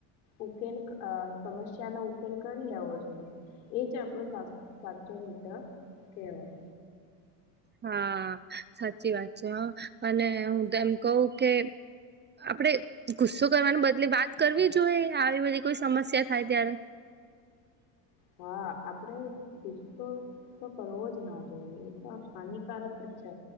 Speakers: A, on the left; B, on the right.
A: ઉકેલ સમસ્યા નો ઉકેલ કરી લેવો જોઈએ. એજ આપણો સા સાચો મિત્ર કહેવાય.
B: હા, સાચી વાત છે હ અને હું તેમમ કહેવું કે. આપડે ગુસ્સો કરવાના બદલે વાત કરવી જોઈએ યાર આવી બધી કોઈ સમસ્યા થાય ત્યારે.
A: હા, આપડે દુસ્તો. તો કરવો જ ના જોઈએ એ તો હાનિકારક જ છે